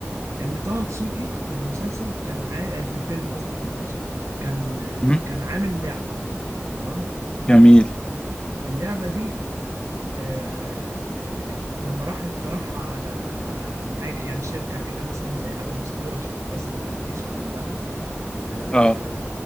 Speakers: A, on the right (about 80°); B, on the left (about 20°).
A: ان طه دسوقي في المسلسل كان عا... آه، في الفيلم قصدي معلش كان آه،
B: لي
A: كان عامل لعبه تمام
B: جميل
A: اللعبه دي آه، آه، لما راح اقترحها على على حاجه يعني شركه كده مثلا زي ابل ستور عشان تنزل الابلكيشن عندها آه،
B: اه